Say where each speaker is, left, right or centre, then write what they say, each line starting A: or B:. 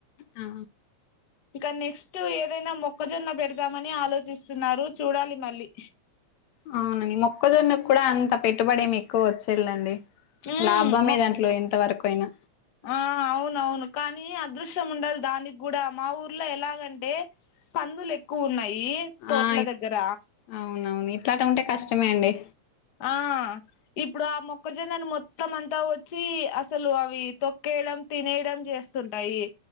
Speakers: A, on the left; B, on the left.
A: ఆ
B: ఇక నెక్స్ట్ ఏదైనా మొక్కజొన్న పెడదామని ఆలోచిస్తున్నారు చూడాలి మళ్ళీ
A: ఆ అవునండి మొక్కజొన్న కూడా అంత పెట్టుబడి ఏమి ఎక్కువ వచ్చేళండి.
B: ఉమ్
A: లాభమే
B: మొ
A: దాంట్లో, ఎంత వరకు అయినా
B: ఆ అవునవును కానీ అదృష్టం ఉండాలి దానికి కూడా మా ఊర్లో ఎలాగంటే పందులు ఎక్కువ ఉన్నాయి తోట్ల
A: ఆ ఇప్
B: దగ్గర
A: అవునవును ఇట్లట ఉంటే కష్టమే అండి
B: ఆ ఇప్పుడు ఆ మొక్కజొన్నను మొత్తం అంతా వచ్చి అసలు అవి తొక్కేయడం తినేయడం చేస్తుంటాయి.